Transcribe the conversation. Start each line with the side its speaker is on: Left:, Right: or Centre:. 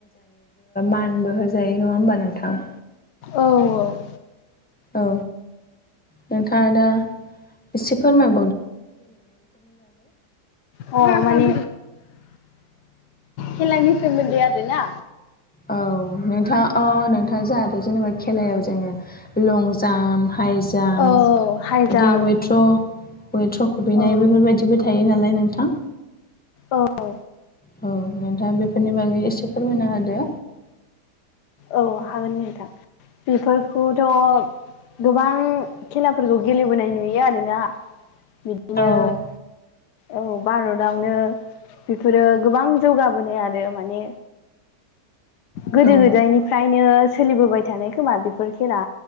Centre: नङा होमबा नोंथां।
Left: औ औ।
Centre: औ। नोंथाङा दा एसे फोरमाय।
Left: अ माने खेलानि सोमोन्दै आरो ना।
Centre: औ नोंथाङा अ नोंथाङा जोंहाथ' जेनेबा खेलायाव जोङो लं जाम्प। हाइ जाम्प
Left: औ औ हाइ जाम्प
Centre: बिदिनो वेट्र'। कयेथ्र खुबैनाय
Left: औ
Centre: बेफोरबायदिबो थायो नालाय नोंथां।
Left: औ।
Centre: औ नोंथाङा बेफोरनि बागै एसे फोरमायना होदो।
Left: औ हागोन नेदा बेफोरखौथ'। गोबां खेलाफोरखौ गेलेबोनाय नुयो आरोना। बिदिनो
Centre: औ।
Left: औ भारतआवनो। बेफोरो गोबां जौगाबोनो आरो माने गोदो
Centre: औ
Left: गोदायनिफ्रायनो सोलिबोबाय थानाय खोमा बेफोर खेला